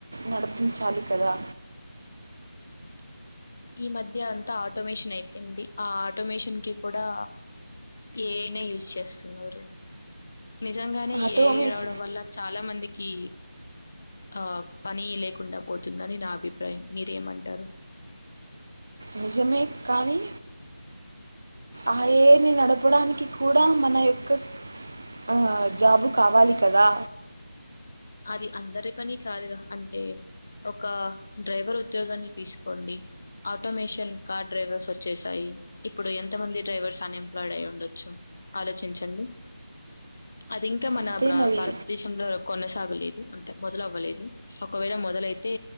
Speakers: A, on the right; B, on the left.
A: నడిపించాలి కదా
B: ఈ మధ్య అంతా ఆటోమేషన్ అయిపోయింది ఆ ఆటోమేషన్ కి కూడా ఏ ఐ నే యూజ్ చేస్తున్నారు నిజంగానే
A: ఆటోమేస్
B: ఏ ఐ రావడం వల్ల చాలా మందికి ఆ పని లేకుండా పోతుందని నా అభిప్రాయం మీరేం అంటారు
A: నిజమే కానీ ఆ ఏ ఐ ని నడపడానికి కూడా మన యొక్క ఆ జాబు కావాలి కదా
B: అది అందరి పని కాదుగా అంటే ఒక డ్రైవర్ ఉద్యోగాన్ని తీసుకోండి ఆటోమేషన్ కార్ డ్రైవర్స్ వచ్చేసాయి ఇప్పుడు ఎంతమంది డ్రైవర్స్ అన్ ఎంప్లాయిడ్ అయ్యిండొచ్చు ఆలోచించండి అదింక్ కా మన
A: అంతే
B: బ్రో
A: మరి
B: భారతదేశంలో కొన్ని తాగలేదు అంటే మొదలవ్వలేదు ఒకవేళ మొదలైతే